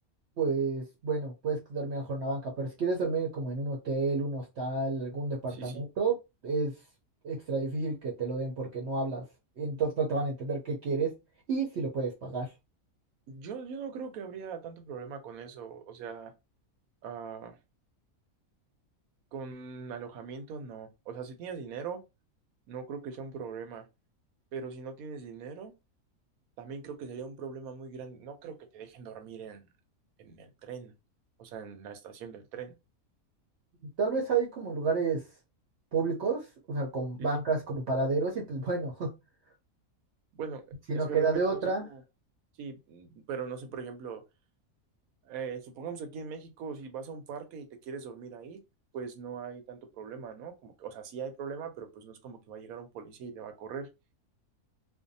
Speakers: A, on the right; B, on the right.
A: Pues bueno, puedes dormir mejor en la banca, pero si quieres dormir como en un hotel, un hostal, algún departamento,
B: Sí, sí.
A: es extra difícil que te lo den porque no hablas, entonces no te van a entender qué quieres y si lo puedes pagar.
B: Yo, yo no creo que habría tanto problema con eso. O sea, ah, con alojamiento no. O sea, si tienes dinero, no creo que sea un problema. Pero si no tienes dinero, también creo que sería un problema muy grande. No creo que te dejen dormir en, en el tren. O sea, en la estación del tren.
A: Tal vez hay como lugares públicos, o sea, con
B: Sí,
A: bancas
B: sí.
A: como paraderos y pues bueno, <laughs>
B: Bueno,
A: si
B: es
A: no
B: que
A: queda
B: realmente
A: de otra,
B: no sé cómo. Sí, mm, pero no sé, por ejemplo. Eh, supongamos que aquí en México, si vas a un parque y te quieres dormir ahí, pues no hay tanto problema, ¿no? Como que, o sea, sí hay problema, pero pues no es como que va a llegar un policía y te va a correr.